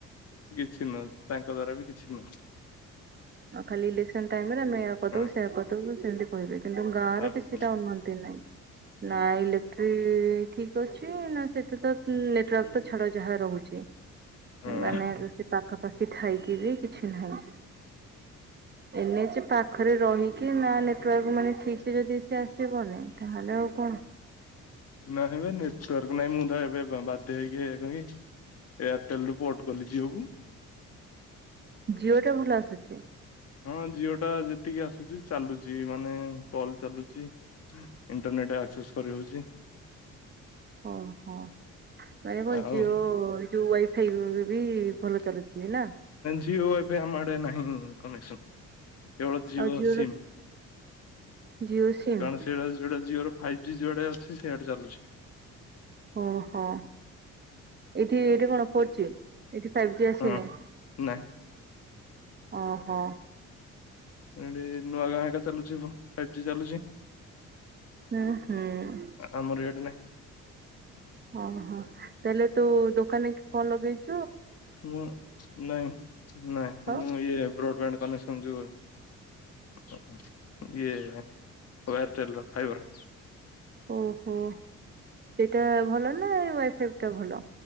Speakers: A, on the left; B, on the right.
A: କିଛି ନୁହଁ ତାଙ୍କ ଦ୍ଵାରା ବି କିଛି ନୁହଁ।
B: ଆଉ ଖାଲି ଇଲେକ୍ସନ ଟାଇମ ରେ ଆମେ ଏଇଆ କରିଦବୁ
A: ହଁ
B: ସେଇଆ କରିଦବୁ ସେମତି କହିବେ କିନ୍ତୁ ଗାଁର
A: ଆଉ
B: କିଛିଟା
A: କିଛି ନୁହଁ
B: ଉନ୍ନତି ନାଇଁ। ନା ଇଲେକ୍ଟ୍ରି ଠିକ୍ ଅଛି ନା ସେଥି ତ ନେଟୱାର୍କ ତ ଛାଡ ଯାହା ରହୁଛି
A: ହଁ।
B: ମାନେ ସେ ପାଖାପାଖି ଥାଇ କି ବି କିଛି ନାହିଁ। ଏନଏଚ୍ ପାଖରେ ରହିକି ନା ନେଟୱାର୍କ ମାନେ ଠିକ୍ ସେ ଯଦି ସେ ଆସିବନି ତାହେଲେ ଆଉ କଣ
A: ନାଇଁ ବେ ନେଟୱାର୍କ ନାଇଁ ମୁଁ ତ ଏବେ ବାଧ୍ୟ ହେଇକି କଲି ଏୟାରଟେଲ ରୁ ପୋର୍ଟ କଲି ଜିଓକୁ
B: ଜିଓ ଟା ଭଲ ଆସୁଛି।
A: ହଁ ଜିଓ ଟା ଯେତିକି ଆସୁଚି ଚାଲୁଚି ମାନେ କଲ୍ ଚାଲୁଛି ଇଣ୍ଟରନେଟ ଆକ୍ସେସ୍ କରିହଉଛି।
B: ଓ ହୋ। <unintelligible>
A: ଆଉ
B: ଯୋଉ ୱାଇଫାଇ ବି ଭଲ ଚାଲୁଛି ନା।
A: ସିଏ ୱାଇଫାଇ ଆମ ଆଡେ ନାହିଁ କନେକ୍ସନ୍। କେବଳ ଜିଓ
B: ଆଉ ଜିଓର
A: ସିମ୍
B: ଜିଓ ସିମ୍
A: କାରଣ ସେଇଟା ସେଇଟା ଜିଓର ଫାଇଭ୍ ଜି ଯୁଆଡେ ଅଛି ସିଆଡେ ଚାଲୁଛି।
B: ଓ ହୋ ଏଠି ଏଇଠି କଣ ଫୋର୍ ଜି? ଏଠି ଫାଇଭ ଜି ଆସୁନି।
A: ହଁ ନାଇଁ।
B: ଓ ହୋ।
A: ଏଇଠି ନୂଆ ଗାଁ ହେରିକା ଚାଲୁଛିି ବ ଫାଇଭ୍ ଜି ଚାଲୁଛି।
B: ହୁଁ ହୁଁ।
A: ଆମର <inaudible>
B: ଓ ହୋ ତାହଲେ ତୁ ଦୋକାନରେ କଣ ଲଗେଇ
A: ମୁଁ ନାଇଁ ନାଇଁ
B: ହଁ
A: ମୁଁ ଇଏ ବ୍ରଡବ୍ୟାଣ୍ଡ କନେ ଯୋଉ ଏୟା ଏୟାରଟେଲ ର ଫାଇବର।
B: ଓ ହୋ ଏଟା ଭଲ ନା ଏ ୱାଇଫାଇ ଟା ଭଲ